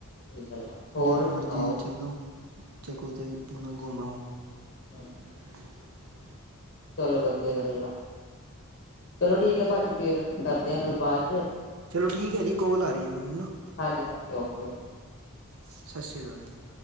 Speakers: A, on the left (about 50°); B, on the right (about 70°).
A: ਇਹ ਗੱਲ ਆ ਹੋਰ
B: ਜਦੋਂ
A: ਸੁਣਾਓ
B: ਮਰਜੀ ਚੱਲੋ ਜਾੱਕੋ ਬਣਾ ਘੁੰਮਾ ਉਹ
A: ਹਮ,
B: <inaudible>
A: ਚਲੋ ਵਧੀਆ ਗੱਲ ਆ ਚਲੋ ਠੀਕ ਹੈ ਭਾਜੀ ਫੇਰ ਕਰਦੇ ਹਾਂ ਗੱਲਬਾਤ ਚ
B: ਚਲੋ ਠੀਕ ਹੈ ਜੀ ਕੋਲ ਆ ਰਹੀ ਆ ਮੈਨੂੰ ਨਾ
A: ਹਾਂਜੀ ਹਾਂਜੀ ਓਕੇ ਓਕੇ
B: ਸਤਿ ਸ਼੍ਰੀ ਅਕਾਲ ਜੀ।